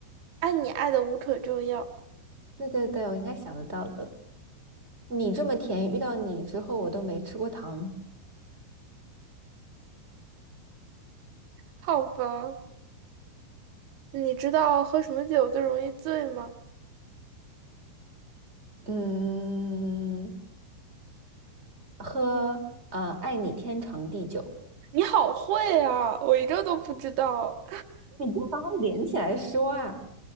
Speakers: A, on the right; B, on the right.
A: 爱你爱的无可救药。
B: 对对对，我应该想得到的。你这么甜，遇到你之后我都没吃过糖。
A: 好吧，你知道喝什么酒最容易醉吗？
B: 嗯，喝呃，爱你天长地久。
A: 你好会啊，我一个都不知道。
B: 你不把它连起来说啊？